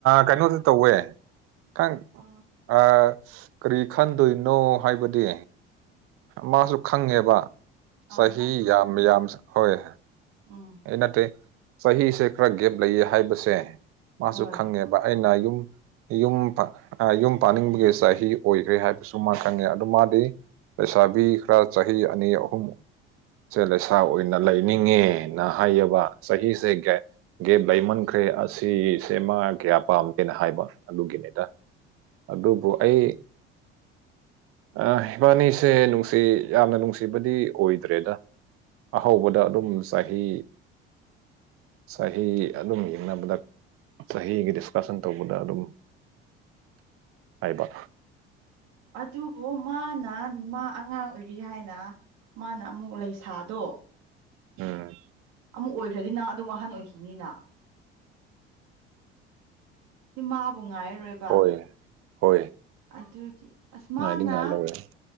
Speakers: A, on the right (about 50°); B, on the right (about 65°).
A: ꯀꯩꯅꯣꯁꯨ ꯇꯧꯋꯦ ꯈꯪ
B: ꯑꯣ
A: ꯑ ꯀꯔꯤ ꯈꯟꯗꯣꯏꯅꯣ ꯍꯥꯏꯕꯗꯤ ꯃꯥꯁꯨ ꯈꯪꯉꯦꯕ ꯆꯍꯤ
B: ꯑꯣ
A: ꯌꯥꯝ ꯌꯥꯝ ꯍꯣꯢ
B: ꯑꯝ
A: ꯅꯠꯇꯦ ꯆꯍꯤꯁꯦ ꯈꯔ ꯒꯦꯞ ꯂꯩꯌꯦ ꯍꯥꯏꯕꯁꯦ ꯃꯥꯁꯨ
B: ꯍꯣꯏ
A: ꯈꯪꯉꯦꯕ ꯑꯩꯅ ꯌꯨꯝ ꯌꯨꯝ ꯌꯨꯝ ꯄꯥꯅꯤꯡꯕꯒꯤ ꯆꯍꯤ ꯑꯣꯏꯈ꯭ꯔꯦ ꯍꯥꯏꯕꯁꯨ ꯃꯥ ꯈꯪꯉꯦ ꯑꯗꯨ ꯃꯥꯗꯤ ꯂꯩꯁꯥꯕꯤ ꯈꯔ ꯆꯍꯤ ꯑꯅꯤ ꯑꯍꯨꯝ ꯁꯦ ꯂꯩꯁꯥ ꯑꯣꯏꯅ ꯂꯩꯅꯤꯡꯉꯦꯅ ꯍꯥꯏꯌꯦꯕ ꯆꯍꯤꯁꯦ ꯒꯦꯞ ꯂꯩꯃꯟꯈ꯭ꯔꯦ ꯑꯁꯤꯁꯦ ꯃꯥ ꯀꯌꯥ ꯄꯥꯝꯗꯦꯅ ꯍꯥꯏꯕ ꯑꯗꯨꯒꯤꯅꯤꯗ ꯑꯗꯨꯕꯨ ꯑꯩ ꯑ ꯏꯕꯥꯅꯤꯁꯦ ꯅꯨꯡꯁꯤ ꯌꯥꯝꯅ ꯅꯨꯡꯁꯤꯕꯗꯤ ꯑꯣꯏꯗ꯭ꯔꯦꯗ ꯑꯍꯧꯕꯗ ꯑꯗꯨꯝ ꯆꯍꯤ ꯆꯍꯤ ꯑꯗꯨꯝ ꯌꯦꯡꯅꯕꯗ ꯆꯍꯤꯒꯤ ꯗꯤꯁꯀꯁꯟ ꯇꯧꯕꯗ ꯑꯗꯨꯝ ꯍꯥꯏꯕ
B: ꯑꯗꯨꯕꯨ ꯃꯥꯅ ꯃꯥ ꯑꯉꯥꯡ ꯑꯣꯏꯔꯤ ꯍꯥꯏꯅ ꯃꯥꯅ ꯑꯃꯨꯛ ꯂꯩꯁꯥꯗꯣ
A: ꯎꯝ
B: ꯑꯃꯨꯛ ꯑꯣꯏꯈ꯭ꯔꯗꯤ ꯅꯪ ꯑꯗꯨꯝ ꯑꯍꯟ ꯑꯣꯏꯈꯤꯅꯤꯅ ꯃꯥꯕꯨ ꯉꯥꯏꯔꯔꯣꯏ
A: ꯍꯣꯏ ꯍꯣꯏ
B: ꯑꯗꯨꯒꯤ ꯎꯁ ꯃꯥꯅ
A: ꯉꯥꯏꯗꯤ ꯉꯥꯏ ꯂꯧꯔꯦ